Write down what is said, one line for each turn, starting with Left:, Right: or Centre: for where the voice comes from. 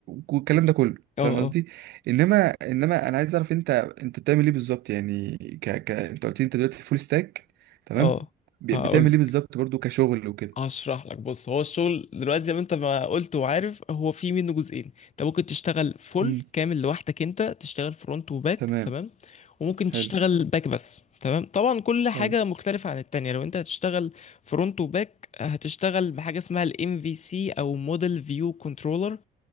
Right: والكلام ده كله
Left: اه
Right: فاهم قصدي
Left: اه
Right: انما انما انا عايز اعرف انت انت بتعمل ايه بالظبط يعني ك... ك... انت قلت لي انت دلوقتي فول ستاك تمام
Left: اه
Right: ب-
Left: هقول
Right: بتعمل
Left: لك
Right: ايه بالظبط برضو كشغل وكده
Left: هشرح لك بص هو الشغل دلوقتي زي ما انت ما قلت وعارف هو في منه جزئين انت ممكن تشتغل فول
Right: مم.
Left: كامل لوحدك انت تشتغل فرونت وباك
Right: تمام
Left: تمام وممكن تشتغل
Right: حلو
Left: باك بس تمام طبعا كل حاجة
Right: حلو
Left: مختلفة عن التانية لو انت هتشتغل فرونت وباك هتشتغل بحاجة اسمها الام في سي او موديل فيو كنترولر